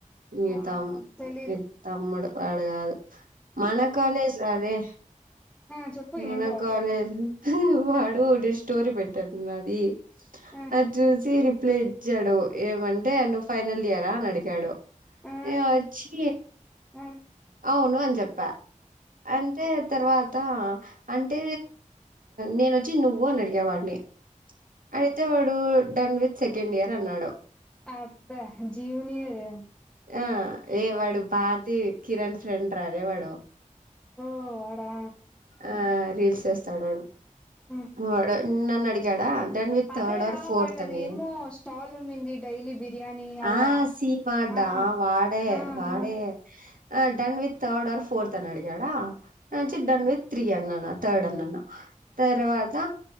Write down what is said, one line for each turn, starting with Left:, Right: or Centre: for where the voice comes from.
Right: నితమ్
Centre: ఆ తెలీదు
Right: ని తమ్ముడు వాడు గాదు మనకాలేజ్ రారే
Centre: ఆ చెప్పు
Right: మన
Centre: ఏంటో వాడు.
Right: కాలజు వాడు ఒకటి స్టోరీ పెట్టారు నాది
Centre: ఆ
Right: అది చూసి ప్లే ఇచ్చాడు ఏమంటే నువ్వు ఫైనల్ ఇయరా అని అడిగాడు
Centre: ఆ
Right: ఏ ఒచ్చి
Centre: ఆ
Right: అవును అని చెప్ప అంటే తర్వాత అంటే నేను ఒచ్చి నువ్వు అని అడిగ వాడిని అయితే వాడు డన్ వి సెకండ్ ఇయర్ అన్నాడు
Centre: అబ్బా జూనియర్
Right: ఆ ఏ వాడు భార్తి కిరణ్ ఫ్రెండ్ రారే వాడు
Centre: ఓ వడా
Right: ఆ రీల్స్ చేస్తాడు
Centre: ఆ
Right: వాడు నన్ను అడిగాడ డన్ విత్
Centre: అదేరా
Right: థర్డ్ ఆర్ ఫోర్త్
Centre: వాళ్ళది
Right: అని
Centre: ఏమో స్టాల్ ఉన్నింది డైలీ బిర్యానీ అవా
Right: ఆ సిమ
Centre: ఆ
Right: వాడ
Centre: ఆహా
Right: వాడే ఆ done with third or fourth అని అడిగాడ
Centre: ఆ
Right: డన్ విత్ త్రీ అన్నా థర్డ్ అన్నాన్న తర్వాత